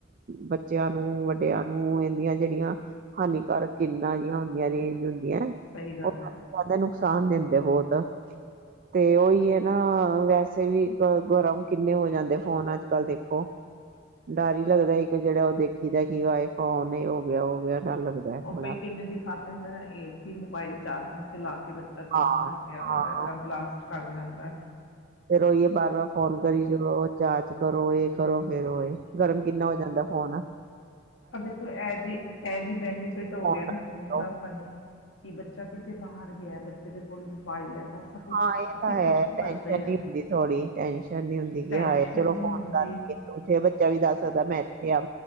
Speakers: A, on the right; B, on the left.
A: ਬੱਚਿਆਂ ਨੂੰ ਵੱਡਿਆਂ ਨੂੰ ਇਹਦੀਆਂ ਜਿਹੜੀਆਂ ਹਨਾਨੀ ਘਰ ਕਿੰਨਾ ਜਿਹੀਆਂ ਹੁੰਦੀਆਂ ਰਰੇਂਜ ਹੁੰ ਉਹ
B: ਸਹੀ ਗੱਲ ਹੈ।
A: ਨੁਕਸਾਨ ਨੁਕਸਾਨ ਦਿੰਦੇ ਬਹੁਤ ਤੇ ਉਹੀ ਹੈ ਨਾ ਵੈਸੇ ਵੀ ਗਰਮ ਕਿੰਨੇ ਹੋ ਜਾਂਦੇ ਫੋਨ ਅੱਜ ਕੱਲ ਦੇਖੋ ਡਰ ਹੀ ਲੱਗਦਾ ਸੀ ਕਿ ਜਿਹੜਾ ਉਹ ਦੇਖ ਕਿਦਾ ਕੀ ਆਫੋਨ ਹੋ ਗਿਆ ਹੋ ਗਿਆ ਡਰ ਲੱਗਦਾ ਹੈ
B: ਉਹ
A: ਬੜਾ
B: ਕਈ ਕਿੰਨੇ ਦਿਖਾਦੇ ਹੈ ਇਹ ਮੋਬਾਈਲ ਚਾਰਜ ਇਕ ਲਾੱਖ ਕਿ ਬੱਚਾ ਚਲਾਉਂਦਾ
A: ਹਾਂ
B: ਪਿਆ ਹੁੰਦਾ
A: ਹਾਂ
B: ਤਾਂ ਬਲਾਸਟ ਕਰ ਜਾਂਦਾ ਹੈ
A: ਫੇਿਰ ਉਹਹੀ ਬਾਰ ਵਾਰ ਫੋਨ ਕਰ ਜਾਓ ਚਚ ਕਰੋ ਇਹ ਕਰੋ ਫੇਰੋ ਇਹ ਗਰਮ ਕਿੰਨਾ ਹੋ ਜਾਂਦਾ ਫੋਨ ਆ
B: ਅਗ ਕੋ ਇਹ ਵੀ ਇਹ ਵੀ ਬੈਨੀਫਿਟ ਹੋ
A: ਫੋਨ
B: ਗਿਆ ਨਾ ਹੋਣ ਦਾ ਸਾਨੂੰ ਕਿ ਬੱਚਾ ਕਿਥਤੇ ਬਾਹਰ ਗਿਆ ਬੱਚੇ ਦੇ ਕੋਲ ਮੋਬਾਇਲ ਹੈ ਤਾਂ ਸਭ ਕੁਛ
A: ਹਾਂ ਇਹ
B: ਅਸੀਂ
A: ਤਾਂ ਹੈ
B: ਪੁੱਛ
A: ਟੈਸ਼ਨ
B: ਸਕਦੇ ਹਾਂ।
A: ਨੀ ਹੁੰਦੀ ਥੋੜੀ ਟੈਸ਼ਨ ਨੀ ਹੁੰਦੀ ਕਿ
B: ਟੈਨਸ਼ਨ
A: ਹਾਏ ਚਲੋ
B: ਨਹੀਂ
A: ਫੋਨ
B: ਹੁੰਦੀ।
A: ਕਰਕੇੇ ਬੱਚਾ ਵੀ ਦੱਸ ਸਕਦਾ ਮੈਂ ਇਥੇ ਹਾਂ